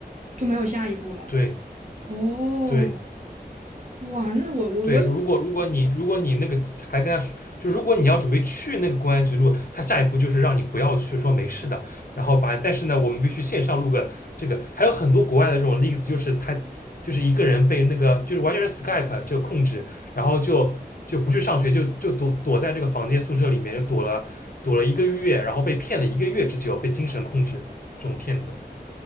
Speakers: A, on the right (about 45°); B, on the left (about 60°).
A: 就没有下一步了。
B: 对，
A: 哦，
B: 对，
A: 哇，那我我我
B: 对，如果如果你如果你那个还跟他说，就如果你要准备去那个公安局录，他下一步就是让你不要去，说没事的，然后把，但是呢，我们必须线上录个这个，还有很多国外的这种例子，就是他就是一个人被那个就是完全是 Skype 这个控制，然后就就不去上学，就就躲躲在这个房间宿舍里面，就躲了躲了一个月，然后被骗了一个月之久，被精神控制这种骗子。